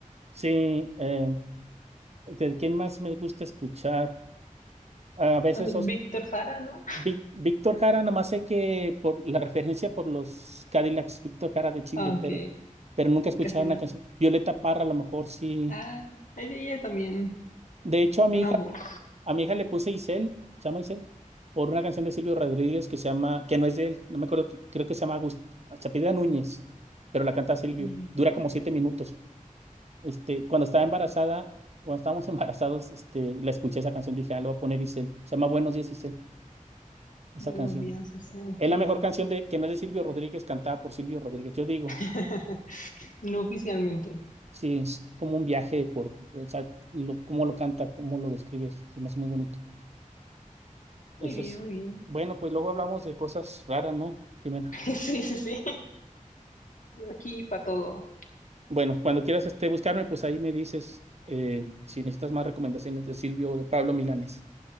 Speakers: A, on the right (about 50°); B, on the left (about 70°).
A: Sí, eh, ¿De qué más me gusta escuchar? A veces
B: Ah,
A: esos-
B: Víctor Jara, ¿no?
A: Vic- Víctor Jara, nomás sé que por la referencia por los Cadillacs, Víctor Jara de Chile,
B: Ah, ok,
A: pero, pero nunca he escuchado
B: casi no.
A: una canción. Violeta Parra, a lo mejor sí.
B: Ah, ahí sí, ella también
A: De hecho, a mi
B: una
A: hija,
B: voz.
A: a mi hija le puse Isel, se llama Isel, por una canción de Silvio Rodríguez que se llama, que no es de él, no me acuerdo, que- creo que se llama Agust- se apellida Núñez, pero la canta Silvio.
B: Mm,
A: Dura como siete minutos. Este, cuando estaba embarazada, cuando estábamos <laughs> embarazados, este, la escuché esa canción, dije, ah, le voy a poner Isel. Se llama Buenos días, Isel. Esa
B: Buenos
A: canción.
B: días, eso, ok.
A: Es la mejor canción de que no es de Silvio Rodríguez, cantada por Silvio Rodríguez. Yo digo,
B: <laughs> No oficialmente.
A: sí, es como un viaje por, o sea, lo- cómo lo canta, cómo lo describes, se me hace muy bonito.
B: Muy
A: Eso
B: bien,
A: es.
B: muy bien.
A: Bueno, pues luego hablamos de cosas raras, ¿no, Jimena?
B: <laughs> Sí, sí, sí. Yo aquí para todo.
A: Bueno, cuando quieras este, buscarme, pues ahí me dices eh, si necesitas más recomendaciones de Silvio o de Pablo Milanés.